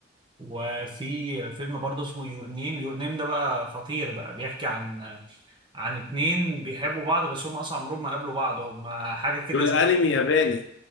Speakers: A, on the right (about 25°); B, on the left (about 75°).
A: وفي فيلم برضه اسمه يور نيم يور نيم ده بقى خطير بقى بيحكي عن عن اتنين بيحبوا بعض بس هم اصلا عمرهم ما قابلوا بعض هم حاجه كده
B: دول
A: زي
B: انمي ياباني